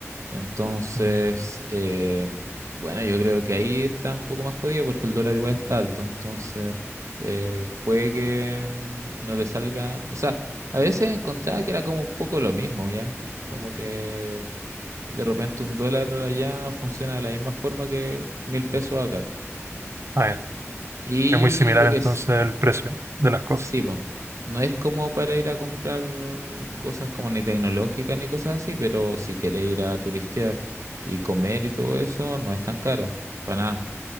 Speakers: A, on the right; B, on the right.
A: Entonces,
B: Mm.
A: eh, bueno, yo creo que ahí está un poco más jodido porque el dólar igual está alto. Entonces, eh, puede que mm, no te salga. O sea, a veces encontraba que era como un poco lo mismo, ¿ya? Como que de repente un dólar allá funciona de la misma forma que mil pesos acá.
B: Ah, ya.
A: Y
B: Es muy similar
A: lo que
B: entonces
A: es,
B: el precio de las cosas.
A: sí, po, no es como para ir a comprar cosas como ni tecnológicas ni cosas así, pero si quieres ir a turistear y comer y todo eso, no es tan caro, para nada,